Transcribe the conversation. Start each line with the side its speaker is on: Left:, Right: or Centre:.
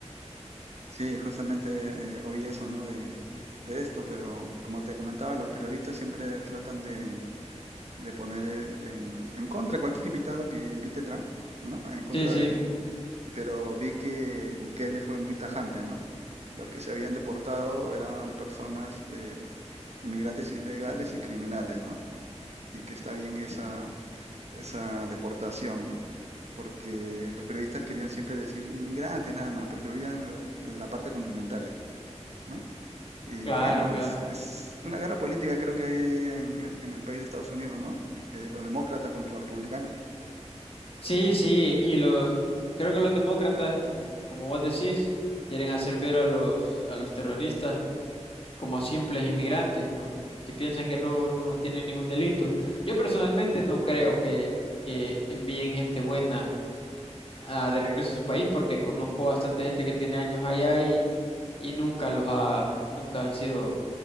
Right: Sí, justamente eh, oí eso, ¿no? De, de esto, pero como te comentaba, los periodistas siempre tratan de, de poner eh, en, en contra cualquier <laughs> invitado que invite Trump, ¿no? En contra
Left: Sí, sí.
Right: de él. Pero vi que Bukele fue muy tajante, ¿no? Los que se habían deportado eran personas, eh, inmigrantes ilegales y criminales, ¿no? Y que está bien esa, esa deportación, ¿no? Porque los periodistas querían siempre decir inmigrantes nada más, pero se olvidan la la parte complementaria. ¿no? Y
Left: Claro,
Right: bueno,
Left: claro.
Right: es, es una guerra política creo que hay ahí en, en el país de Estados Unidos, ¿no? Eh, los demócratas contra los republicanos.
Left: Sí, sí, y lo creo que los demócratas, como, como vos decís, quieren hacer ver a los a los terroristas como simples inmigrantes, ¿no? Que piensan que no no tienen ningún delito. Yo personalmente no creo que que envíen gente buena ah, de regreso a su país porque conozco bastante gente que tiene años allá y y nunca los ha nunca han sido